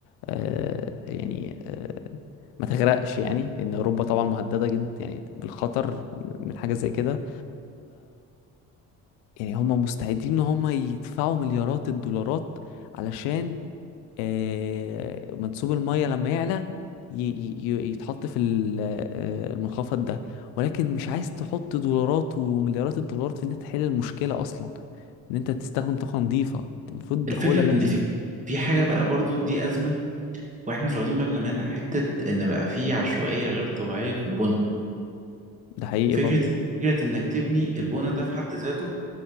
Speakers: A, on the left; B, on the right.
A: آه، يعني آه، ما تغرقش يعني لان اوروبا طبعا مهدده جدا يعني بالخطر من حاجه زي كده يعني هم مستعدين ان هم يدفعوا مليارات الدولارات علشان آه، منسوب المية لما يعلى ي- ي- يتحط في ال- آه، المنخفض ده ولكن مش عايز تحط دولارات ومليارات الدولارات في ان انت تحل المشكلة اصلا ان انت تستخدم طاقة نظيفة المفروض
B: الفكرة
A: هو ده اللي
B: إن
A: يحصل
B: في في حاجة بقى برضو دي أزمة وإحنا مش واخدين بالنا منها حتة إن بقى في عشوائية غير طبيعية في البنى
A: ده حقيقي
B: فكرة
A: برضه
B: فكرة إنك تبني البنى ده في حد ذاته